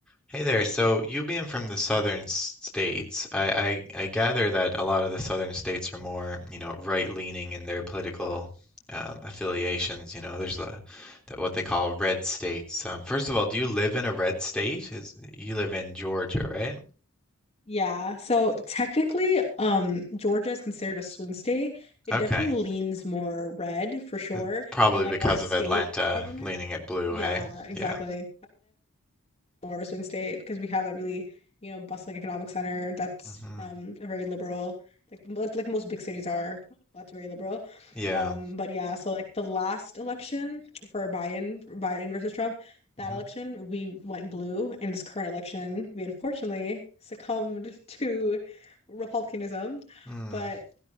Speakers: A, in the centre; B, on the left.
A: Hey there. So you being from the southern s- states, I, I I gather that a lot of the southern states are more, you know, right-leaning in their political um, affiliations. You know, there's the, that what they call red states. Um, first of all, do you live in a red state? Is you live in Georgia, right?
B: Yeah, so technically, um, Georgia is considered a swing state. It
A: Okay,
B: definitely leans more red for sure.
A: Uh, probably
B: And like
A: because
B: our state
A: of Atlanta
B: government,
A: leaning it blue.
B: yeah,
A: Hey,
B: exactly
A: yeah,
B: more of a swing state because we have that really, you know, bustling economic center that's
A: hmm
B: um a very liberal, like like like most big cities are. That's very liberal.
A: yeah.
B: Um, but yeah, so like the last election for Biden, Biden versus Trump, that
A: Mm-hmm.
B: election we went blue, and this current election we unfortunately succumbed <laughs> to republicanism.
A: hmm
B: But